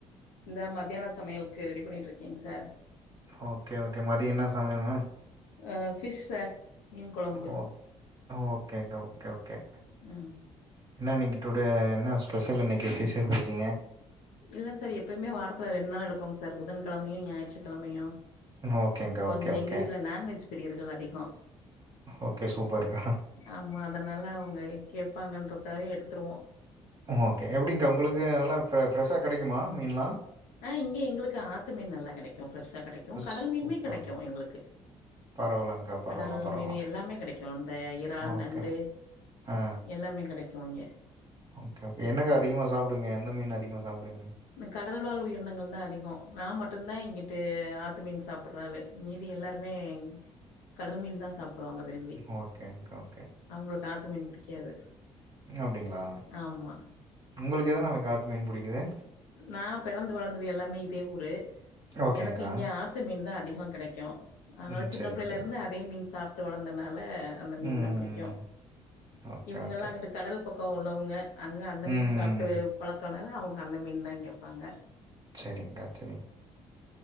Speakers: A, on the left (about 70°); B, on the right (about 25°).
A: இந்த மதியான சமையலுக்கு ரெடி பண்ணிட்ருக்கேங் சார்
B: ஓகே ஓகே மதிய என்ன சமையல் மேம்
A: அ ஃபிஷ் சார் மீன் கொழம்பு
B: ஓ ஓகேங்க ஓகே, ஓகே
A: ம்
B: என்ன நீங்க டுடே என்ன ஸ்பெஷல் இன்னைக்கி ஃபிஷ் எடுத்துருக்கீங்க
A: இல்ல சார் எப்பயுமே வாரத்துல ரெண்டு நாள் எடுப்போங்க சார் புதன்கெழமையு, ஞாயிற்றுக்கெழமையு
B: ஓகேங்க்கா.
A: கொஞ்சோ
B: ஓகே, ஓகே.
A: எங்க வீட்ல நான்வெஜ் பிரியர்கள் அதிகோ
B: ஓகே சூப்பர்க்கா
A: ஆமா அதனால அவங்க கேப்பாங்கன்றக்காவே எடுத்துருவோ
B: ஓகே எப்டிங்க்கா உங்களுக்கு நல்லா ஃப ஃப்ரெஷ்ஷா கெடைக்குமா மீன்லா
A: ஆ இங்க எங்களுக்கு ஆத்து மீன் நல்லா கெடைக்கு, ஃப்ரெஷ்ஷா கெடைக்கு, கடல்
B: சூப்பர்.
A: மீன்மே கெடைக்கு எங்களுக்கு
B: பரவால்லங்க்கா பரவால்ல,
A: கடல்
B: பரவால்ல.
A: மீன் எல்லாமே கெடைக்கு அந்த இறால்,
B: ஓகே.
A: நண்டு
B: ஆ, ஆ.
A: எல்லாமே கெடைக்கு இங்க
B: ஓகே ஓகே என்னக்கா அதிகமா சாப்டுவீங்க எந்த மீன் அதிகமா சாப்டுவீங்க
A: இந்த கடல்வாழ் உயிரினங்கள்தா அதிகோ நா மட்டுந்தா இங்கிட்டு ஆத்துமீன் சாப்புட்ற‌ ஆளு மீதி எல்லாருமே கடல் மீன்தா சாப்டுவாங்க விரு
B: ஓகேங்க்கா ஓகே
A: அவங்களுக்கு ஆத்து மீன் புடிக்காது
B: அப்டிங்களா
A: ஆமா
B: உங்களுக்கு எதனாலக்கா ஆத்து மீன் புடிக்குது
A: நா பெறந்து வளந்தது எல்லாமே இதே ஊரு,
B: ஓகேங்க்கா.
A: எனக்கு இங்க ஆ த்து மீன்தா அதிகோ கெடைக்கு, அதனால
B: ம்.
A: சின்ன
B: சரிங்க,
A: பிள்ளைல
B: சரிங்க.
A: இருந்து அதே மீன் சாப்ட்டு வளந்தனால அந்த மீன்தா
B: ம்.
A: புடிக்கு
B: ஓகே,
A: இவங்கல்லா
B: ஓகே.
A: அங்கட்டு கடல் பக்கோ உள்ளவங்க அங்க அந்த மீன்
B: ம்.
A: சாப்ட்டு பழக்கனால அவங்க அந்த மீன்தா கேப்பாங்க
B: செரிங்க்கா செரிங்